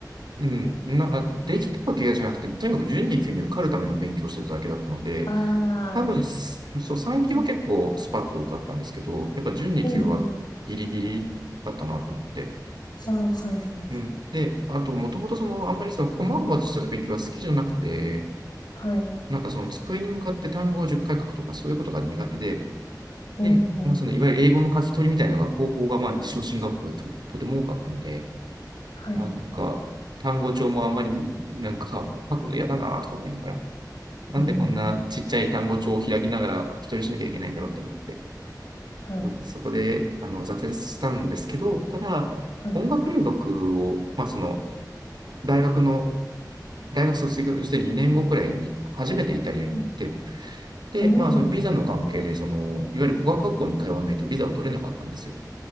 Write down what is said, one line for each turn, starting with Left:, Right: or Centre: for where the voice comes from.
Right: うん、な、あ、できたわけじゃなくて、とにかく準2級に受かるための勉強をしてただけだったので、
Left: ああ、
Right: 多分す、
Left: 確か
Right: そう、3級は結構スパッと受かったんですけど、
Left: に。うん、
Right: やっぱ準2級はギリギリだったなと思って。
Left: うん、うん。ああ、はい、はい。
Right: うん。で、あと、もともとその、あんまりその、細々とした勉強は好きじゃなくて、
Left: はい。
Right: なんかその机に向かって単語を10回書くとかそういうことが苦手で、
Left: うん、
Right: で、
Left: うん。
Right: まあそのいわゆる英語の書き取りみたいなのが高校がまあ自称進学校でと、とても多かったので、
Left: はい。
Right: まあなんか単語帳もあんまりなんか書くの嫌だなとか思いながら、なんでこんなちっちゃい単語帳を開きながら書き取りしなきゃいけないんだろうって思って、
Left: うん、うん。はい、
Right: そこであの挫折したんですけど、ただ音楽留学を、
Left: はい。
Right: まあその大学の大学卒業して2年後くらいに初めてイタリアに行って、
Left: うん、
Right: で、
Left: うん。
Right: まあ、そのビザの関係で、その、いわゆる語学学校に通わないとビザを取れなかったんですよ。